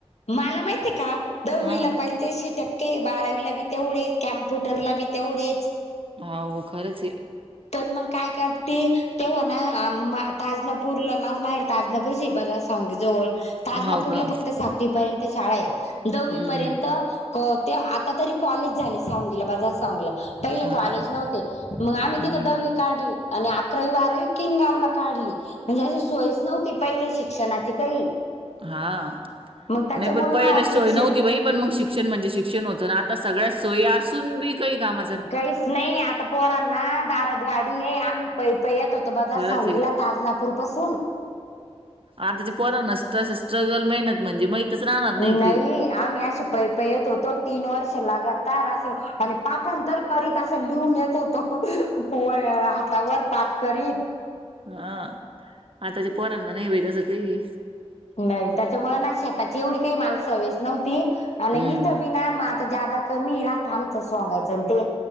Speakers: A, on the left (about 90°); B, on the right (about 55°).
A: मला माहिितय का दववीला
B: हां.
A: पाहि टक्के बारावीला बी तेवढेच कम्प्युटरला बी तेवढेच
B: हो खरंच आहे.
A: पण मग काय काय ती तेव्हा ना ताजनापूरला माझ माहेर ताजनापूर श बजार सांगे जवळ ताजनापूरला
B: हो का?
A: फक्त सातवीपर्यंत शाळा आहे दहावी
B: हं.
A: पर्यंत ते आता तरी कॉलेज झाले सांंगीला बाजार सांीला पहिले
B: हां,
A: कॉलेज नव्हते मग आम्ही
B: हां,
A: तिथं दवी काढली आणि अकरावी बारावी किन गावला काढली म्हणजे अशी सोयच नव्हती पहिले शिक्षणाची काही
B: हा
A: मग त्याच्यामुळ
B: नाही पण
A: मला
B: पहिले सोय
A: शिक्षण
B: नव्हती भई पण मग शिक्षण म्हणजे शिक्षण होत ना आता सगळ्या सोयी असून बी काही काम
A: काहीच नाही आता पोरांना दारद गाडी आहे आम् पै प य होतो बाजार
B: खरंच
A: सांगीला
B: आहे.
A: ताज नागपूर पासून
B: आताचे पो ना स्ट स्ट्रगल मेहनत म्हणजे राहणार काही.
A: नाही आम्ही असश पै प येत होतो तीन वर्ष लागातार असं आणि पाठण तर करीत असं लिहून येत होतो पो हातावर पाठ करी
B: हा आताच्या पोरांना नाही वेट असं काही
A: नाही त्याच्यामुळे ना शेताची एवढी काही माल सवेस नव्हती आणि
B: हं,
A: हीथबी ना जा कमी राहत आमच सोगायचं ते